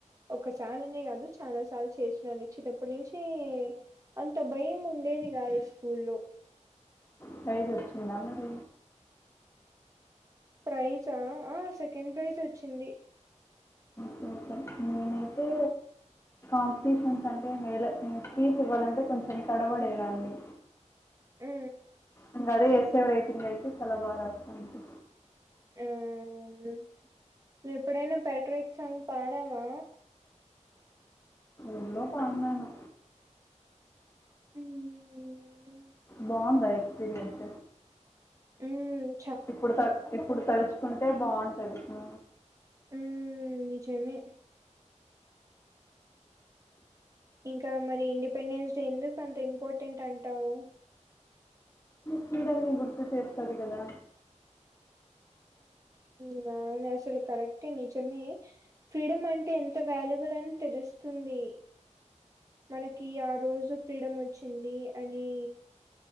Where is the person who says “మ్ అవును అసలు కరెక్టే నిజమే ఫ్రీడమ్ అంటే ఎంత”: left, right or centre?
Right